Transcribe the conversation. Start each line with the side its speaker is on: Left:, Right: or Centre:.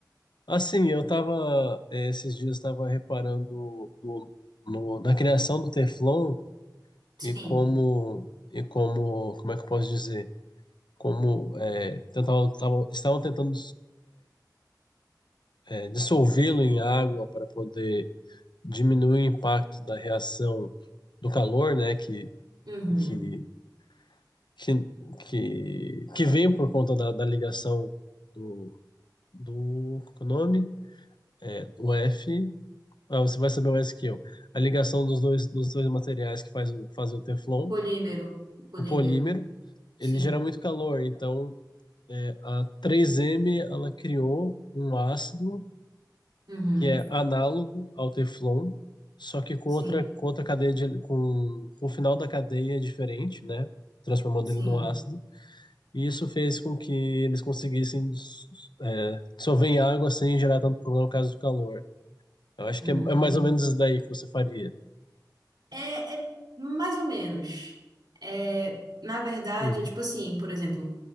Left: Assim, eu tava, eh, esses dias estava reparando no, no- na criação do Teflon
Right: Sim.
Left: e como, e como, como é que eu posso dizer? Como eh, tentavam, tavam- estavam tentando eh, dissolvê-lo em água para poder diminuir o impacto da reação do calor, né, que,
Right: Uhum.
Left: que, que, que, que vem por conta da, da ligação do, do, qual que é o nome? É, do F. Ah, você vai saber mais que eu. A ligação dos dois, dos dois materiais que faz, o- fazem o Teflon,
Right: O polímero. O polímero.
Left: o polímero, ele
Right: Sim.
Left: gera muito calor. Então, é, a 3M ela criou um ácido
Right: Uhum.
Left: que é análogo ao Teflon, só que com
Right: Sim.
Left: outra, com outra cadeia de, com, com o final da cadeia diferente, né? Transformando
Right: Sim.
Left: ele num ácido. E isso fez com que eles conseguissem dis- é, dissolver em água sem gerar tanto problema no caso do calor. Eu acho
Right: Hum.
Left: que é, é mais ou menos isso daí que você faria.
Right: É, é mais ou menos. É, na verdade,
Left: Uhum.
Right: é tipo assim, por exemplo.